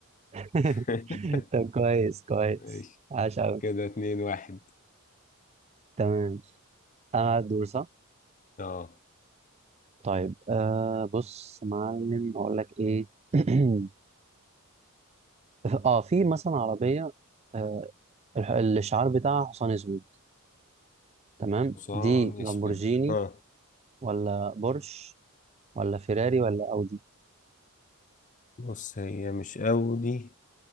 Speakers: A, on the right; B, on the left.
A: <laughs>
B: <laughs>
A: طب كويس كويس
B: ماشي
A: عاش قوي
B: كده اتنين واحد
A: تمام انا الدور صح
B: اه
A: طيب آه بص يا معلم اقول لك ايه <clears throat> اه في مثلا عربيه آه، الح- الشعار بتاعها حصان اسود تمام
B: حصان
A: دي لامبورجيني
B: اسود ها
A: ولا بورش ولا فيراري ولا اودي
B: بص هي مش اودي